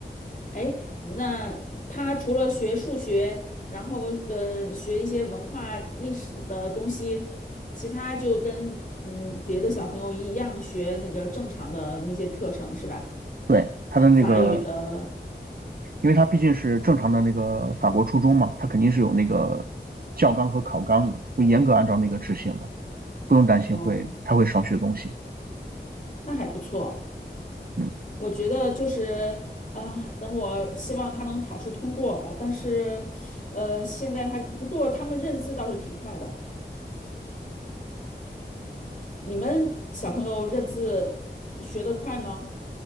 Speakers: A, on the left; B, on the right.
A: 哎，那他除了学数学，然后呃学一些文化历史的东西，其他就跟嗯别的小朋友一样学那个正常的那些课程是吧？
B: 对，他的那个，
A: 法语的
B: 因为他毕竟是正常的那个法国初中嘛，他肯定是有那个教纲和考纲的，会严格按照那个执行的，不用担心会他会少学东西。
A: 哦，那还不错。
B: 嗯，
A: 我觉得就是啊、等我希望他能考试通过吧。但是，呃，现在他不过他们认字倒是挺快的。你们小朋友认字学得快吗？